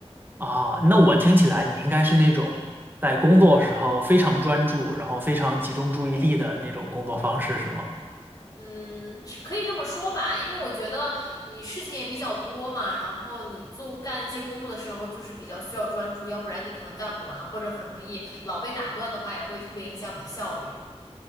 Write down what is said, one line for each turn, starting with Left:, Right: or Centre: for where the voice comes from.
Right: 啊，那我听起来你应该是那种在工作时候非常专注，然后非常集中注意力的那种工作方式，是吗？
Left: 嗯，是可以这么说吧，因为我觉得你事情也比较多嘛，然后你做干一些工作的时候，就是比较需要专注，要不然你可能干不完，或者很容易老被打断的话，也会特别影响你的效率。